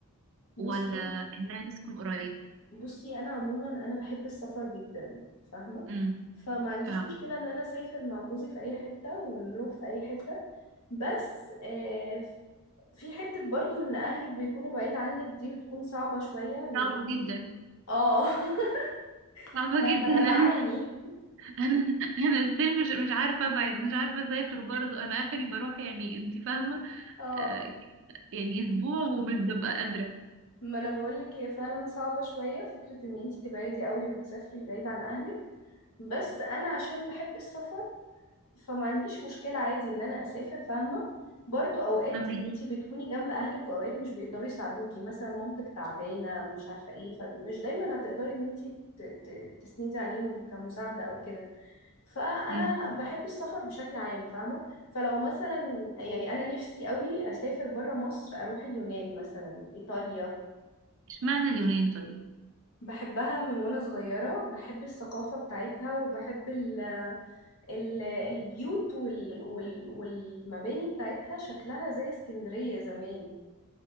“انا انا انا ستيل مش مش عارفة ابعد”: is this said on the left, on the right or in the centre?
Right